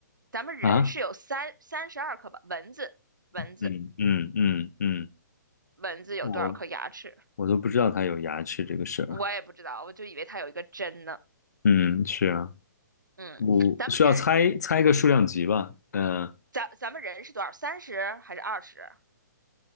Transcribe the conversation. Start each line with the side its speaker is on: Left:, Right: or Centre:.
Right: 咱们人是有三三十二颗吧？
Left: 啊。
Right: 蚊子，蚊子，
Left: 嗯嗯嗯嗯，
Right: 蚊子有多少颗牙齿？
Left: 我我都不知道它有牙齿这个事儿。
Right: 我也不知道，我就以为它有一个针呢。
Left: 嗯，是啊，
Right: 嗯，
Left: 我需要猜猜一个数量级吧。
Right: 咱们人，
Left: 嗯
Right: 咱咱们人是多少？三十还是二十？